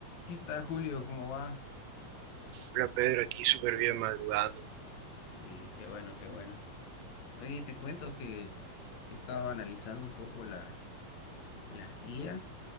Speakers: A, on the left; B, on the right.
A: ¿Qué tal, Julio? ¿Cómo va?
B: Hola Pedro, aquí súper bien madrugando.
A: Sí, qué bueno, qué bueno. Oye, te cuento que he estado analizando un poco la, las IA